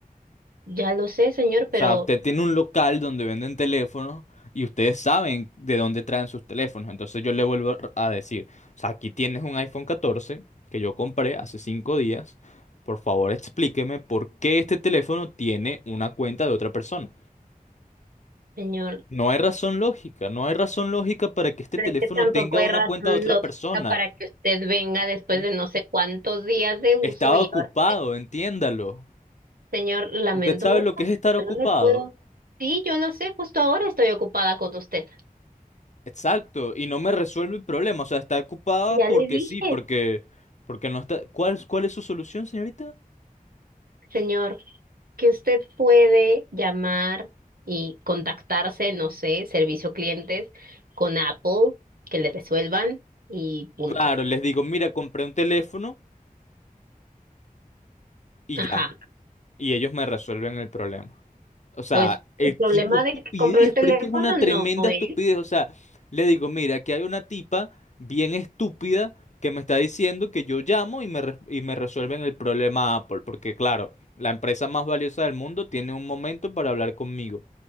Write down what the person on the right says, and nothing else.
Ya lo sé, señor,
pero
señor,
pero
es que tampoco
hay
razón
lógica
para que usted venga después
de no sé cuántos días de uso
y
ahora
Señor, lamento
mucho,
pero
yo no le puedo. Sí, yo lo sé, justo ahora estoy ocupada con usted.
Ya
le dije,
señor, que usted puede llamar y contactarse, no sé, servicio clientes con Apple, que le resuelvan y punto.
Ajá,
pues
el problema
de que compró el teléfono
no es.